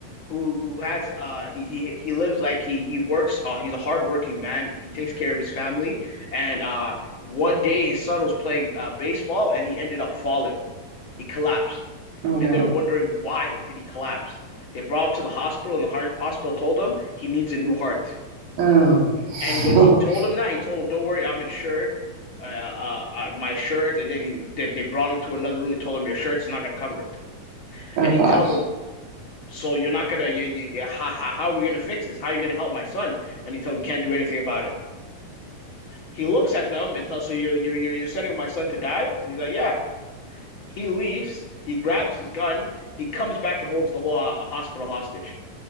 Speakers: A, on the left; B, on the right.
A: who who has uh he he, he lives like he he works uh he's a hardworking man. He takes care of his family and uh one day his son was playing uh baseball and he ended up falling. He collapsed
B: Oh no.
A: and they were wondering why did he collapse. They brought him to the hospital and the heart, the hospital told him he needs a new heart.
B: Oh.
A: And when
B: <laughs>
A: he told him that, he told him, "Don't worry, I'm insured. Uh, uh, uh, my insurance." And then he, then they brought him to another room. He told him, "Your shirt's not gonna cover it."
B: Oh
A: And
B: gosh.
A: he tells him, "So you're not gonna, you, you, you, how, how, how are we gonna fix this? How are you gonna help my son?" And he tells him, "We "Can't do anything about it." He looks at them and tells, "So you're you're you're sending my son to die?" And he's like, "Yeah." He leaves. He grabs his gun. He comes back and holds the whole ho hospital hostage.